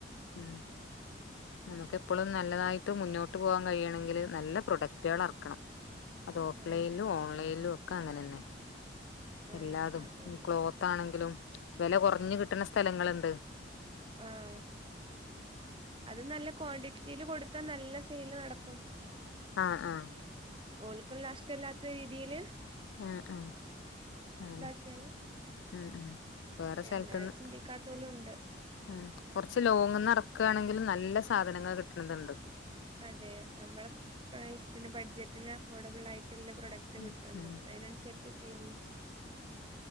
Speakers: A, on the left (about 75°); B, on the right (about 25°).
A: ഉം നമക്ക് എപ്പളും നല്ലതായിട്ട് മുന്നോട്ട് പോആൻ കഴിയണെങ്കില് നല്ല പ്രൊഡക്റ്റേൾ എറക്കണം അത് ഓഫ്
B: ഉം
A: ലൈൻലും ഓൺലൈൻലും ഒക് ഒക്ക അങ്ങനെന്നെ
B: ആഹ്
A: എല്ലാതും
B: അതെ
A: ഇനി
B: അതെ
A: ക്ലോത്ത് ആണെങ്കിലും വെല കൊറഞ് കിട്ട്ണ സ്ഥലങ്ങള്ണ്ട്
B: ആഹ് അത് നല്ല ക്വാണ്ടിറ്റില് കൊടുത്താ നല്ല സെയില് നടക്കും
A: ആഹ് ആഹ്
B: ഓല്ക്കും ലാസ്റ്റ് അല്ലാത്ത ഈ തീല്
A: ആഹ് ആഹ് അതന്നെ
B: ദാക്കിയാല്
A: ഉം ഉം വേറെ
B: പക്ഷെ
A: സ്ഥലത്ത്ന്ന്
B: അങ്ങനെ ചിന്തിക്കാത്തോലും ഉണ്ട്
A: ഉം കൊറച്ച് ലോങ്ങുന്നെ റക്കാണെങ്കിലും നല്ല സാധനങ്ങള് കിട്ടണത്ണ്ട്
B: അതെ ഞമ്മള പ്രൈസിന് ബഡ്ജറ്റിന് അഫോർഡബിൾ ആയിട്ടുള്ള പ്രൊഡക്റ്റ്
A: ഉം
B: കിട്ടും നമ്മക്ക്
A: ഉം
B: അയ്‌നൻസരിച്ച് സെയ് ലെയ്യും